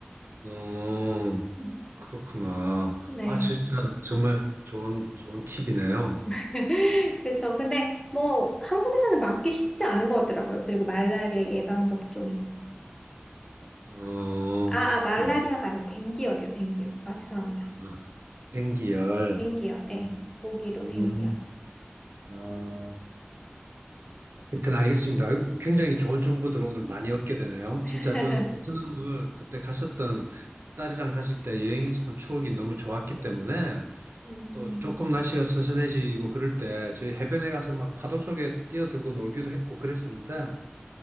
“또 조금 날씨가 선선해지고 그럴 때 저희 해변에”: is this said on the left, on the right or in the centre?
Right